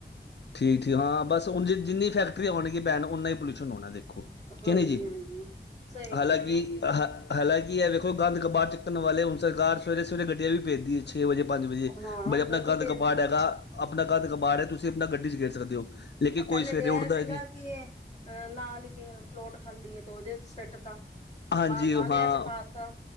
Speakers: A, on the left; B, on the left.
A: ਠੀਕ, ਠੀਕ ਹਾਂ ਬਸ ਹੁਣ ਜੇ ਜਿੰਨੀ ਫੈਕਟਰੀਆਂ ਹੋਣਗੀਆਂ ਪੈਣ ਓਨਾ ਹੀ ਪੋਲਿਊਸ਼ਨ ਹੋਣਾ ਦੇਖੋ,
B: ਹਾਂਜੀ-ਹਾਂਜੀ,
A: ਕਿ ਨਹੀਂ ਜੀ
B: ਸਹੀ
A: ਹਾਲਾਂਕਿ
B: ਗੱਲ ਹੈ।
A: ਹ ਹਾਲਾਂਕਿ, ਇਹ ਵੇਖੋ ਗੰਦ ਕਬਾੜ ਚੁੱਕਣ ਵਾਲੇ ਹੁਣ ਸਰਕਾਰ ਸਵੇਰੇ ਸਵੇਰੇ ਗੱਡੀਆਂ ਵੀ ਭੇਜਦੀ, ਛੇ ਵਜੇ ਪੰਜ ਵਜੇ,
B: ਹਾਂ
A: ਬਈ ਆਪਣਾ
B: ਬਿਲਕੁਲ
A: ਕੰਧ
B: ਭੇਜਦੀ
A: ਕਪਾੜ
B: ਹਾਂ
A: ਹੈਗਾ ਆਪਣਾ ਕੰਧ ਕਪਾੜ ਹੈ ਤੁਸੀਂ ਤੁਸੀਂ ਆਪਣਾ ਗੱਡੀ ਚ ਗੇਰ ਸਕਦੇ ਹੋ, ਲੇਕਿਨ
B: ਅ
A: ਕੋਈ
B: ਪਹਿਲੇ
A: ਸਵੇਰੇ
B: ਤੇ ਇਹ
A: ਉੱਠਦਾ
B: ਸੀਗਾ
A: ਹੀ ਨਹੀਂ
B: ਕਿ ਅਹ ਨਾਲ ਹੀ ਪਲੋਟ ਖਾਲੀ ਹੈ ਤੇ ਉਹਦੇ ਸਿੱਟ ਤਾ,
A: ਹਾਂਜੀ
B: ਬਾਹਰ ਨਾਲਿਆ
A: ਹਾਂ
B: ਚ ਪਾ ਤਾ,